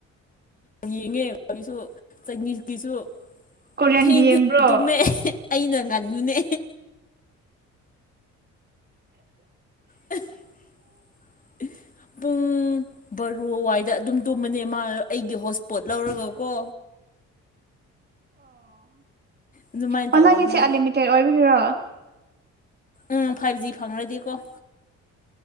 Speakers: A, on the left; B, on the right.
A: ꯌꯦꯡꯉꯦ ꯈꯣꯏꯁꯨ ꯆꯥꯏꯅꯤꯀꯤꯁꯨ
B: ꯀꯣꯔꯤꯌꯟꯒꯤ
A: ꯊꯦꯡ
B: ꯌꯦꯡꯕ꯭ꯔꯣ
A: ꯊꯦꯡ ꯇꯨꯝꯃꯦ ꯑꯩꯅ ꯉꯜꯕꯅꯦ <unintelligible> ꯄꯨꯡ ꯕꯥꯔꯣꯋꯥꯏꯗ ꯑꯗꯨꯝ ꯇꯨꯝꯕꯅꯦ ꯃꯥ ꯑꯩꯒꯤ ꯍꯣꯠꯁꯄꯣꯠ ꯂꯧꯔꯒꯀꯣ ꯑꯗꯨꯃꯥꯏꯅ
B: ꯑꯣ
A: ꯇꯧꯕꯅꯦ
B: ꯅꯪꯒꯤꯁꯦ <unintelligible> ꯑꯣꯏꯕꯥꯁꯤꯔꯣ
A: ꯎꯝ ꯐꯥꯏꯚ ꯖꯤ ꯐꯪꯔꯗꯤꯀꯣ